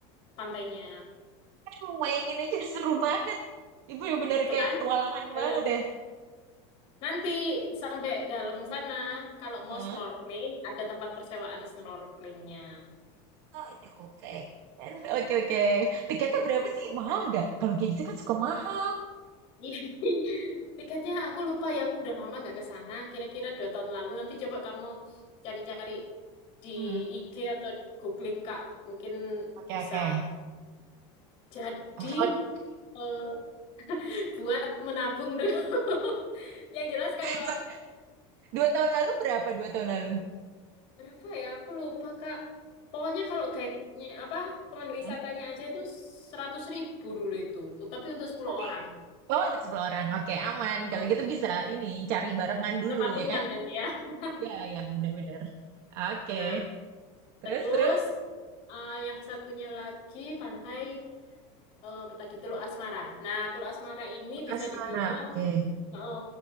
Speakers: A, on the left (about 45°); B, on the right (about 50°).
A: pantainya.
B: aduh, bayangin aja udah seru banget. Ibu bener-bener
A: Itu
B: kayak
A: kan?
B: petualangan
A: Eh,
B: banget ya.
A: Nanti sampai dalam sana kalau mau
B: Heeh.
A: snorkeling ada tempat persewaan snorkelingnya.
B: Aduh, pengen. Oke, oke. Tiketnya berapa sih? Mahal nggak? Kalau kayak gitu kan suka mahal.
A: <laughs> Tiketnya aku lupa ya, aku udah lama nggak ke sana. Kira-kira dua tahun lalu. Nanti coba kamu cari-cari di
B: Hmm.
A: IG atau googling Kak, mungkin
B: Oke,
A: bisa
B: oke.
A: Jadi
B: Oh. Kalau
A: eh, <laughs> buat menabung dulu. <laughs> Yang jelas kalau
B: dua, dua tahun lalu berapa? Dua tahun lalu?
A: berapa ya? Aku lupa Kak. Pokoknya kalau guide-nya apa pemandu wisatanya
B: Hmm?
A: aja itu seratus ribu dulu itu. Tapi untuk 10
B: Tapi
A: orang.
B: Oh, untuk 10 orang. Oke, aman.
A: Oh.
B: Kalau gitu bisa ini cari barengan dulu
A: Kita Patungan
B: ya kan?
A: kan ya. <laughs>
B: Ya, ya, benar-benar. Oke.
A: Nah,
B: Terus,
A: terus
B: terus
A: eh, yang satunya lagi pantai. eh, apa tadi Teluk Asmara. Nah, Teluk Asmara ini
B: Untuk
A: bisa
B: asmara.
A: dibilang
B: Oke.
A: eh,